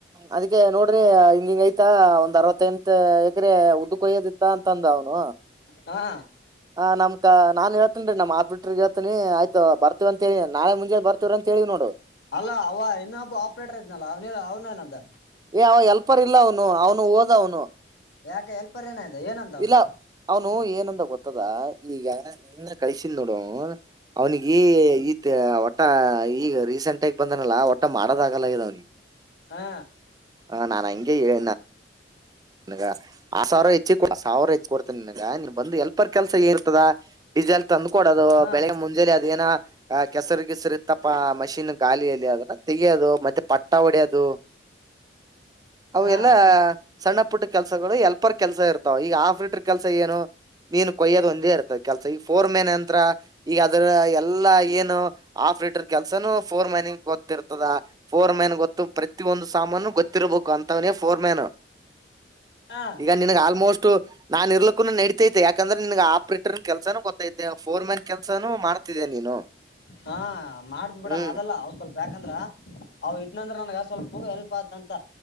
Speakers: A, on the right; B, on the left.
A: ಅದಕ್ಕೆ ನೋಡ್ರಿ ಹಿಂಗಿಂಗ ಆಯ್ತಾ ಒಂದ್ ಅರವತ್ತ ಐದು ಎಕರೆ ಉದ್ದ ಕೊಯ್ಯೋದಿತ್ತ ಅಂತ ಅಂದ ಅವನು
B: ಹಾ
A: ಆ ನಮ್ ಕ <unintelligible> ನಮ್ ಆಸ್ಪಿಟ್ರಗ ಹೇಳ್ತಿನಿ ಬರ್ತವ ಅಂತ ಹೇಳಿ ನಾಳೆ ಮುಜೆ ಬರ್ತವ ಅಂತ ಹೇಳಿ ನೋಡು
B: ಅಲ್ಲ ಅವ ಆಪರೇಟರ್ ಇದ್ನಲ್ಲ ಅವನ ಅವ್ನಾನಂದ
A: ಏ ಅವ ಎಲ್ಪರ್ ಇಲ್ಲ ಅವನು ಅವನು ಓದವನು
B: ಯಾಕ ಎಲ್ಪರ್ ಏನದ ಏನಂತ ಅವನು
A: ಇಲ್ಲ ಅವನು ಏನಂದ ಗೊತ್ತದ ಈಗ ನಿನ್ನ ಕಳ್ಸಿದ್ ನೋಡು ಹೂ ಅವೆನಿಗೆ ಈ ಒಟ ಈಗ ರೀಸೆಂಟ್ ಆಗಿ ಬಂದನಲ್ಲ ಒಟ ಮಾಡದ ಆಗಲಗದ ಅವ್ನಿಗೆ
B: ಹಾ
A: ಹ ನಾನ್ ಹಂಗೆ ಹೇಳ <unintelligible> <unintelligible> ಕೊಡ್ತನಿ ನಿನ್ಗ ನೀನ್್ ಬಂದು ಎಲ್ಪರ್ ಕೆಲ್ಸ ಏ ಇರ್ತದ ಡೀಿಸೆಲ್ ತಂದ್ ಕೊಡೋದು
B: ಹಾ
A: ಬೆಳಗ್ ಮುಂಜೆಲಿ ಅದಏನ ಆ ಕೆಸರಿಗಸರಿ ಇತ್ತಪ್ಪ ಮಷೀನ್ ಗಾಾಲಿಯಲ್ಲಿ ಅದ್ರ ತೆೆಗೆಯೋದು ಮತ್ತೆ ಪಟ್ಟ ಹೊಡಿಯೋದು ಅವು
B: ಹಾ
A: ಎಲ್ಲ ಸಣ್ಣ ಪುಟ್ಟ ಕೆಲ್ಸಗಳು ಎಲ್ಪರ್ ಕೆಲ್ಸ ಇರ್ತಾವ ಈಗ ಆಫ್ ಲೀಟರ್ ಕೆಲ್ಸ ಏನು ಮೀನು ಕೊಯ್ಯೋದು ಒಂದೇ ಇರ್ತದೆ ಕೆಲ್ಸ ಈಗ ಫೋರ್ ಮೇನ್ ಅಂತ್ರ ಈಗ ಅದ್ರ ಎಲ್ಲಾ ಏನು ಹಾಫ್ ಲೀಟರ್ ಕೆಲ್ಸನುೂ ಫೋರ್ ಮೈನ್ ಗೊತ್ತಿರ್ತದ ಫೋರ್ ಮೈನ್ ಗೊತ್ತು ಪ್ರತಿಿಯ ಒಂದು ಸಾಮಾನು ಗೊತ್ತಿರಬೇಕು ಅಂತವನೇ ಫೋರ್ ಮ್ಯಾನ್
B: ಹ
A: ಈಗ ನನ್ಗ್ ಆಲ್ಮೋಸ್ಟ್ ನಾನ್ ಇರ್ಲಕ್ಕೂ ನಡಿತೈತೆ ಯಾಕಂದ್ರೆ ನಿನ್ಗ್ ಆಪ್ರೇ ಕೆಲ್ಸಾನು ಗೊತ್ತೈತೆ ಫೋರ್ ಮ್ಯಾನ್ ಕೆಲ್ಸಾನು ಮಾಡ್ತಿದ್ದ ನೀನು
B: ಹಾ ಮಾಡ್ದ್ ಬಿೇಡ
A: ಹ್ಮ್
B: ಅದಲ್ಲ ಅವ್ ಸ್ವಲ್ಪ ಯಾಕಂದ್ರ ಅವ ಇದ್ನಂದ್ರ ನನ್ಗ ಸ್ವಲ್ಪ ಹೆಲ್ಪ್ ಆತಂತ